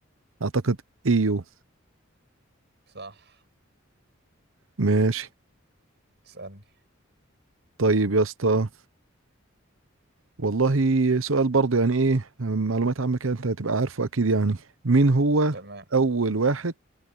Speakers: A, on the right (about 75°); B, on the right (about 55°).
A: اعتقد ايو
B: صح
A: ماشي
B: اسالني
A: طيب يا اسطى والله سؤال برضه يعني ايه معلومات عامه كده انت هتبقى عارفه اكيد يعني مين هو
B: تمام
A: اول واحد